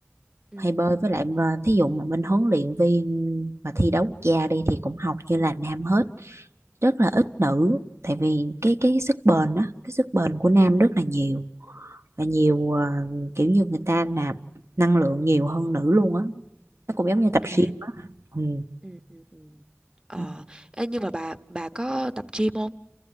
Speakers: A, on the right; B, on the right.
A: ừ
B: hay bơi với lại mà thí dụ mà bên huấn luyện viên mà thi đấu quốc gia đi thì cũng học như là
A: ừ
B: nam hết rất
A: ừ
B: là ít nữ tại vì cái cái sức bền á cái sức bền của nam
A: ừ
B: rất
A: ừ.
B: là nhiều và nhiều ờ, kiểu như người ta nạp năng lượng nhiều hơn nữ luôn á nó cũng giống như tập
A: à
B: gym á ừ.
A: ừ ừ ừ ờ
B: Ừ,
A: ê, nhưng mà bà bà có tập gym không